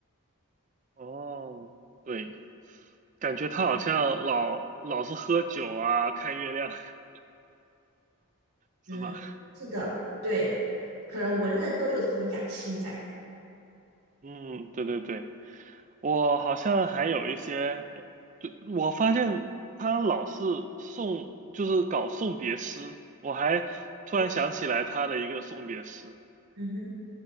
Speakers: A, on the right (about 35°); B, on the right (about 75°).
A: 哦，对，感觉他好像老老是喝酒啊，看月亮，<laughs> 是吧？
B: 嗯，是的，对，可能文人都有这种雅兴在。
A: 嗯，对对对，我好像还有一些，呃对，我发现他老是送，就是搞送别诗，我还突然想起来他的一个送别诗，
B: 嗯哼，